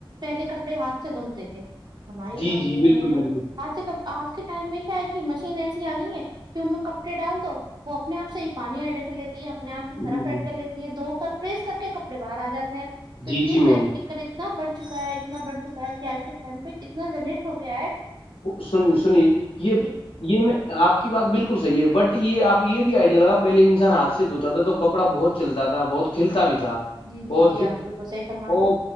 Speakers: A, on the right (about 50°); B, on the left (about 80°).
A: پہلے کپڑے ہاتھ سے دھلتے تھے ہماری
B: جی
A: امی
B: جی بالکل
A: ہیں
B: بالکل
A: وہ <unintelligible> آج سے کب آج کے ٹائم میں کیا ہے کہ مشین ایسی آنی ہے تو ان میں کپڑے ڈال دو وہ اپنے آپ سے ہی پانی ایڈا کر لیتی ہے اپنے آپ سے سرف
B: جی
A: ایڈ
B: جی
A: کر لیتی ہیں دھو کر پریس کر کے کپڑے باہر آ جاتے ہیں تو
B: جی
A: اتنی
B: جی
A: ٹیکنیکل
B: میم
A: اتنا بڑھ چکا ہے اتنا بڑھ چکا ہے کہ آج کے ٹائم پہ اتنا جنریٹ ہو گیا ہے
B: سنیے سنیے یہ
A: جی
B: <unintelligible> یہ میں آپ کی بالکل صحیح ہے بٹ یہ آپ یہ بھی آئیڈیا لگا پہلے انسان ہاتھ سے دھوتا تھا تو کپڑا بہت چلتا تھا بہت کھلتا
A: جی جی
B: بھی تھا
A: جی جی
B: اور
A: جی
B: جس
A: آپ بالکل صحیح فرما
B: وہ
A: رہے ہیں۔